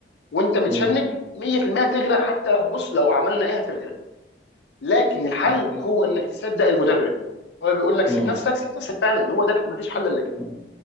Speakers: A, on the left; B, in the centre.
A: وانت متشنج
B: مم.
A: 100% هتغرق حتى لو بص لو عملنا ايه هتغرق لكن الحل
B: مم. انا
A: هو انك تصدق المدرب هو بيقول لك
B: مم.
A: سيب نفسك سيب نفسك فعلا هو ده ما فيش حل الا كده
B: مم.